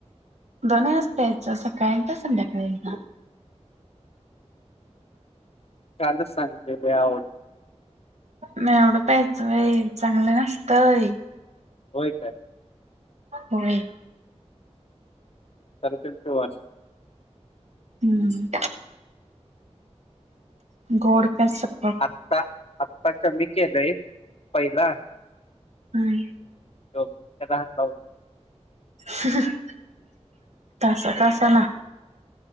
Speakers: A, on the right (about 75°); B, on the left (about 60°).
A: दोन वेळाच प्यायचा सकाळी एकदा, संध्याकाळी एकदा.
B: काल सांग ते ते आवड
A: नाही एवढं प्यायचंय चांगलं नसतय.
B: होय का?
A: होय.
B: तर ते पोव
A: हम्म. गोड का शपथ.
B: आता आत्ता कमी केलंय पहिला
A: हम्म.
B: त्याचा हातला हो.
A: <inaudible> तासा-तासाला.